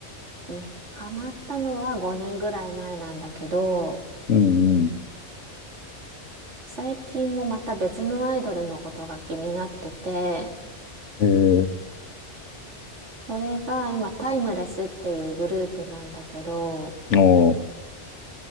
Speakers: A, on the right (about 80°); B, on the left (about 85°).
A: にハマったのは5年ぐらい前なんだけど、
B: うん、
A: 最近もまた別のアイドルのことが気になってて、
B: うん。え
A: それが今、タイムレスっていうグループなんだけど、
B: ー、も